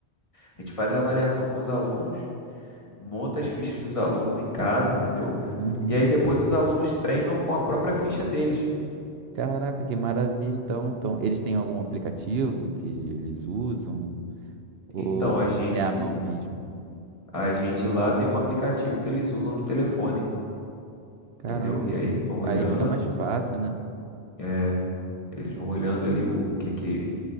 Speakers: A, on the left; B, on the right.
A: A gente faz a avaliação com os alunos, monta as fichas dos alunos em casa, entendeu?
B: Uhum.
A: E aí depois os alunos treinam com a própria ficha deles.
B: Caraca, que maravilha. Então, então, eles têm algum aplicativo que eles usam? Ou
A: Então a
B: a
A: gente,
B: ficha é à mão mesmo?
A: a gente lá tem um aplicativo que eles usam no telefone,
B: Caramba,
A: entendeu? E aí eles
B: muito-
A: vão olhando
B: aí fica mais fácil, né?
A: É, eles vão olhando ali o que que,